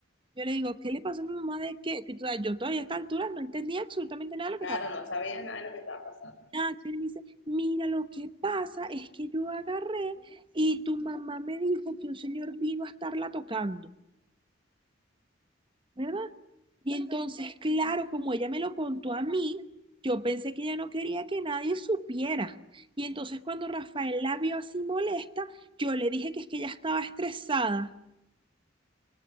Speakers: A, on the right (about 25°); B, on the left (about 80°).
A: Yo le digo, ¿qué le pasó a mi mamá de qué? Que, o sea, yo todavía a esta altura no entendía absolutamente nada de lo
B: Claro,
A: que estaba
B: no sabía nada de lo que estaba pasando.
A: Nacho, y me dice, mira, lo que pasa es que yo agarré y tu mamá me dijo que un señor vino a estarla tocando, ¿verdad? Y entonces, claro, como ella me lo contó a mí, yo pensé que ella no quería que nadie supiera. Y entonces cuando Rafael la vio así molesta, yo le dije que es que ella estaba estresada.